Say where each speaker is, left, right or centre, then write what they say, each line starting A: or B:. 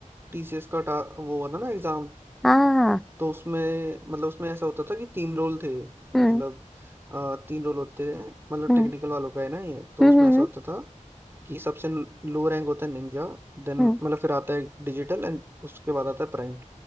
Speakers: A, on the right (about 20°); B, in the centre.
A: टीसीएस का टा, वो हुआ था ना एग्जाम
B: हाँ हाँ
A: तो उसमें मतलब उसमें ऐसा होता था कि तीन रोल थे
B: हाँ,
A: मतलब अ, तीन रोल होते हैं मतलब
B: हम्म
A: टेक्निकल वालों का है ना ये तो
B: हम्म
A: उसमें
B: हम्म
A: ऐसा
B: हम्म
A: होता था कि सबसे लो रैंक होता है निंजा देन
B: हम्म,
A: मतलब फिर आता है डिजिटल एंड उसके बाद आता है प्राइम